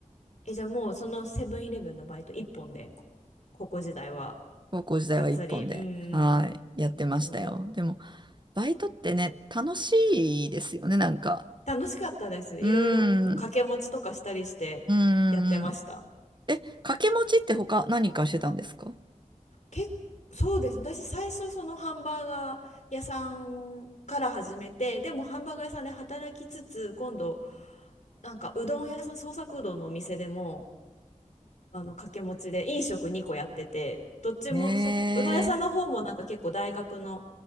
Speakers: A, on the left; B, on the right.
A: え、じゃあもうそのセブンイレブンのバイト一本で、こ高校時代は
B: 高校時代は一本で、
A: がっつり。うーん。
B: はい、やってましたよ。
A: なるほど。
B: でも、バイトってね、楽しいですよね、なんか。
A: 楽しかったです。
B: うー
A: いろいろ掛け持ちとかしたりしてやってました。
B: ん、うーん。え、掛け持ちって他何かしてたんですか
A: け、そうです。私最初そのハンバーガー屋さんから始めて、でもハンバーガー屋さんで働きつつ、今度なんかうどん屋さん、創作うどんのお店でも、あの掛け持ちで飲食2個やっててどっちもそうどん屋さんの方もなんか結構大学の
B: え